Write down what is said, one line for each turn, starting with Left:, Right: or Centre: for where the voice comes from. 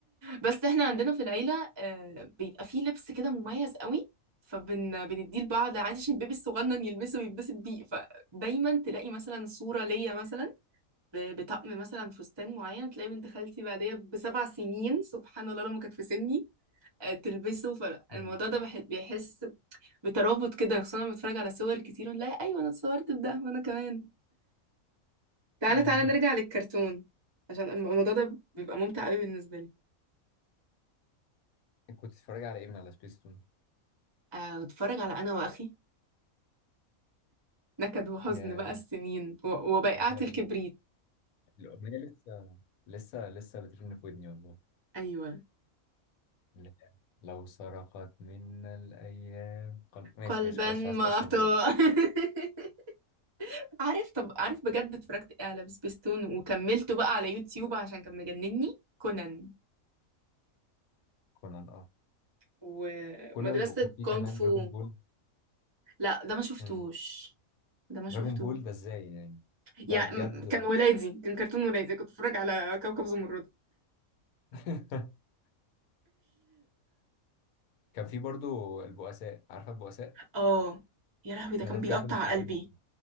Right: بس احنا عندنا في العيلة آه، بيبقى فيه لبس كده مميز قوي فبن بنديه لبعض عادي عشان البيبي الصغنن يلبسه ويتبسط بيه فدايما تلاقي مثلا صورة ليا مثلا ب- بطقم مثلا فستان معين تلاقي بنت خالتي بعديها بسبع سنين سبحان الله لما كانت في سني آه، تلبسه فالموضوع
Left: <laughs>
Right: ده بح- بيحس بترابط كده خصوصا لما بتفرج على صور كتير ونلاقي ايوه انا اتصورت بده وانا كمان تعالى
Left: أمم.
Right: تعالى نرجع للكرتون عشان الموضوع ده بيبقى ممتع قوي بالنسبه لي
Left: كنت بتتفرج على ايه من على سبيس تون
Right: آه، اتفرج على انا واخي نكد وحزن
Left: ياه
Right: بقى السنين و- وبائعة
Left: يا لهوي.
Right: الكبريت
Left: الاغنيه لسه لسه لسه بترن في ودني والله
Right: ايوه
Left: لا. لو سرقت منا الأيام قل... ماشي
Right: قلبا
Left: ماشي خلاص
Right: معطاء
Left: مش عايز أتأثر دلوقتي
Right: <laughs> عارف طب عارف بجد اتفرجت إيه على سبيستون وكملته بقى على يوتيوب عشان كان مجنني كونان
Left: كونان اه
Right: ومدرسة
Left: كونان وكان في
Right: كونغ
Left: كمان
Right: فو
Left: دراجون بول
Right: لا ده ما شفتوش
Left: امم
Right: ده ما شفته
Left: دراجون بول ده ازاي يعني
Right: يعني
Left: ده بجد
Right: م- كان ولادي كان كرتون ولادي كنت بتفرج على كوكب زمرد
Left: <laughs> كان في برضو البؤساء عارفة البؤساء
Right: اه يا لهوي ده
Left: أنا
Right: كان
Left: ده بجد
Right: بيقطع
Left: مستغربه
Right: قلبي